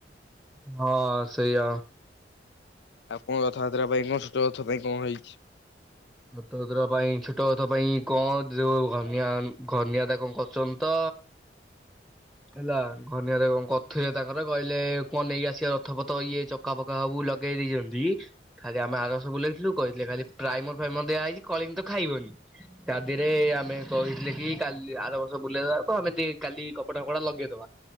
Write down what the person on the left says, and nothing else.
ଆଉ କଣ ରଥଯାତ୍ରା ପାଇଁ କଣ ଛୋଟ ରଥ ପାଇଁ କଣ ହେଇଛି?
ହୁଁ
ହୁଁ